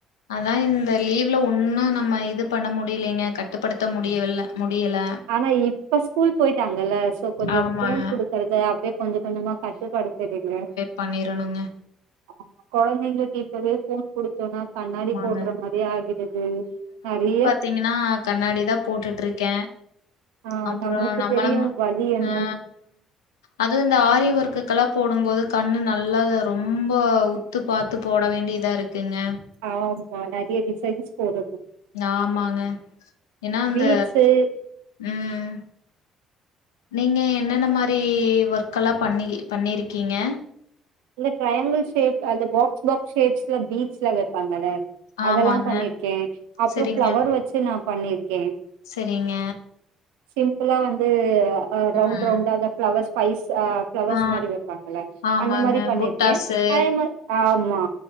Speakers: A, on the left; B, on the right.
A: அதா இந்த லீவ்ல ஒன்னு நம்ம இது பண்ண முடியலைங்க கட்டுப்படுத்த முடியவில்ல முடியல
B: ஆனா இப் இப்ப ஸ்கூல் போயிட்டாங்கல்ல சோ கொஞ்ச
A: ஆமாங்க.
B: ஃபோன் குடுக்கறத அப்டியே கொஞ்ச கொஞ்சமா கட்டுப்படுத்திறீங்க
A: பண்ணிறனுங்க
B: ஆமா கொழந்தைங்களுக்கு இப்பவே ஃபோன் குடுத் தோனா கண்ணாடி
A: ஆமாங்க.
B: போட்ற மாரி ஆகிடுது நெறைய
A: த்தீங்கனா கண்ணாடி தா போட்டுட்ருக்கே
B: ஆ
A: அப்பறோ
B: நம்மளுக்கு
A: நம்மள
B: தெரியு
A: மா
B: வழி என்னன்னு
A: ஆ அதுவுமஇந்த ஆரி வொர்க்குக்கெல்லா போடும்போது கண்ணு நல்லா தா ரொம்ப உத்து பாத்து போட வேண்டியதா இருக் க்குங்க
B: ஆமா நெறைய டிசைன்ஸ் போடணு
A: நாமாங்க ஏனா அந்த
B: பீட்ஸு
A: ம் நீங்க என்னென்ன மாரி ஒர்க்கெல்லா பண்ணிக்கி பண்ணிருக்கீங்க
B: இல்ல ட்ரையாங்கிள் ஷேப்ல அந்த பாக்ஸ் பாக்ஸ் ஷேப்ஸ்ல பீட்ஸ்லா வெப்பாங்கல்ல
A: ஆமாங்க
B: அதெல்லா பண்ணிருக்கே அப்பற
A: செரிங்க
B: ஃபிளவர் வச்சு நா பண்ணிருக்கே
A: செரிங்க
B: சிம்பிளா வந்து அ ரவுண்ட்
A: ம்
B: ரவுண்டா அந்த ஃபிளவர் ஸ்பைஸ் ஆ ஃபிளவர்ஸ்
A: ஆ
B: மாரி வெப்பாங்கள
A: ஆமாங்க
B: அந்த மாரி பண்ணிருக்கே
A: புட்டாஸு
B: அதே மார் ஆமா